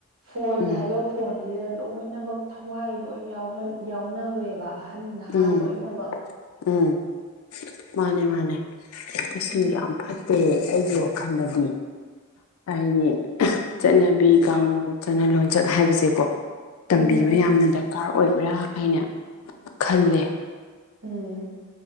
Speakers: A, on the right (about 70°); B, on the left (about 85°).
A: ꯐꯣꯟ
B: ꯎꯝ
A: ꯍꯥꯏꯕ ꯐꯣꯟꯁꯤꯗ ꯂꯣꯏꯅꯃꯛ ꯊꯋꯥꯏ ꯂꯣꯏ ꯌꯥꯎꯍꯟ ꯌꯥꯎꯅꯈ꯭ꯔꯦꯕꯥ ꯑꯍꯟ ꯅꯍꯥ
B: ꯎꯝ
A: ꯂꯣꯏꯅꯃꯛ
B: ꯎꯝ ꯃꯥꯅꯦ ꯃꯥꯅꯦ ꯑꯁꯤ
A: ꯎꯝ
B: ꯌꯥꯝ ꯐꯠꯇꯦ ꯑꯩꯒꯤ ꯋꯥꯈꯟꯗ <unintelligible> ꯍꯥꯏꯗꯤ <unintelligible> ꯆꯠꯅꯕꯤ ꯀꯥꯡꯂꯣꯟ ꯆꯠꯅ ꯂꯣꯟꯆꯠ ꯍꯥꯏꯕꯁꯦꯀꯣ
A: ꯎꯝ
B: ꯇꯝꯕꯤꯕ ꯌꯥꯝꯅ ꯗꯔꯀꯥꯔ ꯑꯣꯏꯕ꯭ꯔꯥ ꯍꯥꯏꯅ ꯈꯜꯂꯦ
A: ꯎꯝ